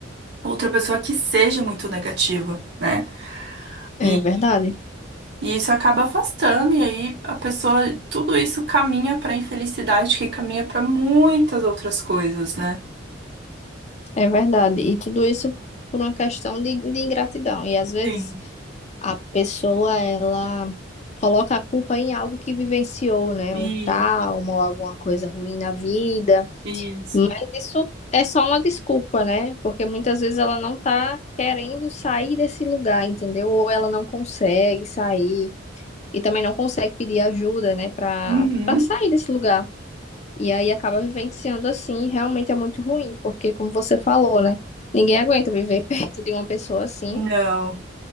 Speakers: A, on the right; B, on the left.
A: outra pessoa que seja muito negativa, né? E,
B: É verdade,
A: e isso acaba afastando, e aí a pessoa, tudo isso caminha para infelicidade, que caminha para muitas outras coisas, né?
B: É verdade. E tudo isso por uma questão de, de ingratidão. E às vezes
A: Sim,
B: a pessoa, ela coloca a culpa em algo que vivenciou, né?
A: e
B: Um trauma ou alguma coisa ruim na vida.
A: isso.
B: Mas isso é só uma desculpa, né? Porque muitas vezes ela não tá querendo sair desse lugar, entendeu? Ou ela não consegue sair e também não consegue pedir ajuda, né, Pra
A: Uhum.
B: para sair desse lugar. E aí acaba vivenciando assim, e realmente é muito ruim, porque como você falou, né? Ninguém aguenta viver <laughs> perto de uma pessoa assim.
A: Não,